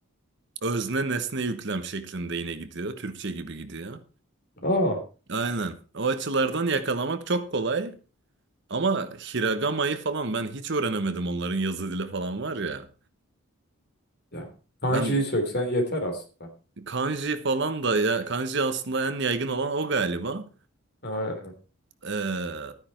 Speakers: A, on the right; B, on the left.
A: özne nesne yüklem şeklinde yine gidiyor. Türkçe gibi gidiyor.
B: Aa
A: Aynen. O açılardan yakalamak çok kolay. Ama Hiragama'yı falan ben hiç öğrenemedim onların yazı dili falan var ya.
B: ya. Kanji'yi
A: Ben
B: söksen yeter aslında.
A: kanji falan da ya kanji aslında en yaygın olan o galiba.
B: Aynen.
A: Ee,